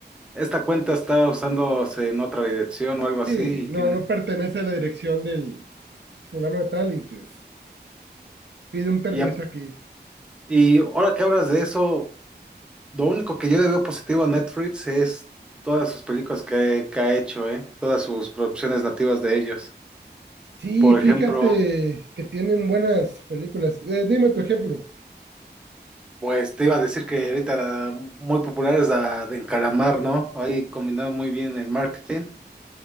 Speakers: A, in the centre; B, on the right.
A: esta cuenta está usándose en otra dirección o algo así
B: Sí,
A: y
B: no,
A: que...
B: no pertenece a la dirección del fulano de tal y pues pide un permiso
A: Y, a-
B: aquí.
A: y ahora que hablas de eso... Lo único que yo le veo positivo a Netflix es todas sus películas que, que ha hecho, ¿eh? Todas sus producciones nativas de ellos.
B: Sí,
A: Por
B: fíjate
A: ejemplo,
B: que tienen buenas películas. Eh, dime tu ejemplo.
A: pues te iba a decir que ahorita la muy popular es la de Encalamar, ¿no? Ahí combinado muy bien el marketing